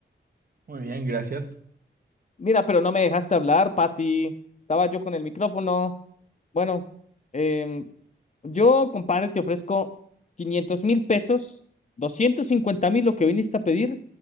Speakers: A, on the right (about 50°); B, on the left (about 40°).
A: Muy bien, gracias.
B: Mira, pero no me dejaste hablar, Patty. Estaba yo con el micrófono. Bueno, em, yo, compadre, te ofrezco 500 mil pesos, 250 mil lo que viniste a pedir,